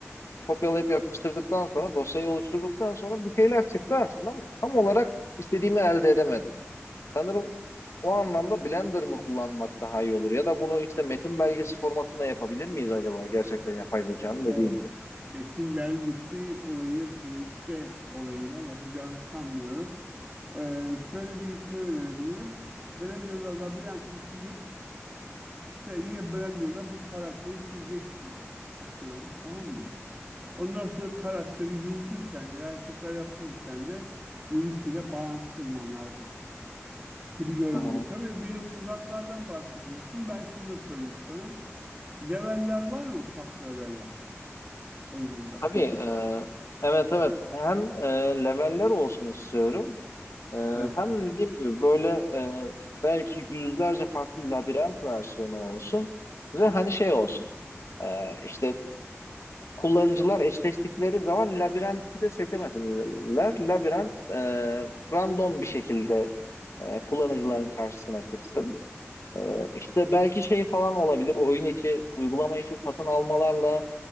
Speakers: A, on the left; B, on the right.
A: kopyalayıp yapıştırdıktan sonra dosyayı oluşturduktan sonra bir şeyler çıktı aslında ama tam olarak istediğimi elde edemedim. Sanırım o anlamda Blender mı kullanmak daha iyi olur ya da bunu işte metin belgesi formatında yapabilir miyiz acaba gerçekten yapay zekanın
B: O
A: dediği gibi.
B: betim belgesi olayı TXT olayıyla yapacağını sanmıyorum. Ee, şöyle bir şey önerebilirim. Blender'da labirenti çizip İşte yine Blender'la bir karakteri çizeceksin. Atıyorum tamam mı? Ondan sonra karakteri yürütürken de hareketler yaptırırken de Unity'yle bağlantı kurman lazım gibi görünüyor.
A: Hı hı.
B: Tabii bir de tuzaklardan bahsediyorsun. Ben şunu da sorayım sana. Leveller var mı farklı leveller oyununda?
A: Tabii e, evet evet hem e, leveller olsun istiyorum E,
B: Evet.
A: hem de dediğim gibi böyle e, belki yüzlerce farklı labirent versiyonu olsun ve hani şey olsun e, işte kullanıcılar eşleştikleri zaman labirenti de seçemesinler. Labirent e, random bir şekilde e, kullanıcıların karşısına çıksın. E, işte belki şey falan olabilir. Oyun içi, uygulama içi satın almalarla